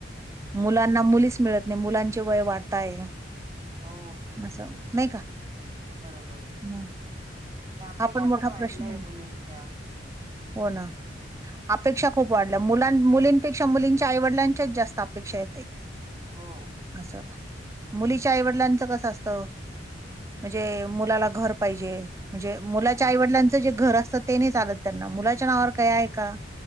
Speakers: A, on the right; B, on the right.
A: बरोबर
B: मुलांना मुलीच मिळतं नाही मुलांचे वय वाढताय आहे आ,
A: हो
B: असं नाही का?
A: बरोबर
B: हं.
A: आणि अपेक्षा
B: हा मोठा
A: पण वाढल्याय
B: प्रश्न आहे
A: मुलींच्या.
B: हो ना अपेक्षा खूप वाढल्या मुलां, मुलींपेक्षा, मुलींच्या आईवडिलांच्याच जास्त अपेक्षा आहे ताई.
A: हो
B: असं ना. मुलीच्या आईवडिलांचं कसं असतं? म्हणजे मुलाला घर पाहिजे. म्हणजे मुलाच्या
A: हो
B: आईवडलांचं जे घर असतं, ते नाही चालत. त्यांना मुलाच्या नावावर काही आहे का,